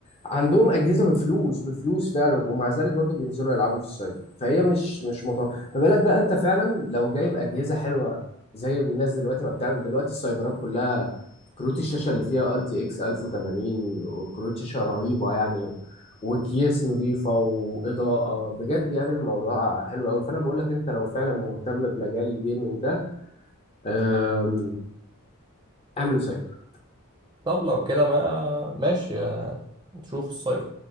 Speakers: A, on the left; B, on the right.
A: عندهم اجهزه بفلوس بفلوس فعلا ومع ذلك برضو بينزلوا يلعبوا في السايبر فهي مش مش مطور ما بالك بقى انت فعلا لو جايب اجهزه حلوه زي الناس دلوقتي ما بتعمل دلوقتي السايبرات كلها كروت الشاشه اللي فيها ار تي اكس 1080 وكروت شاشه رهيبه يعني وكيس نظيفه واضاءه بجد يعني الموضوع حلو قوي فانا بقول لك انت لو فعلا مهتم بمجال الجيمنج ده أم، اعمل سايبر
B: طب لو كده ما ماشي آه، نشوف السايبر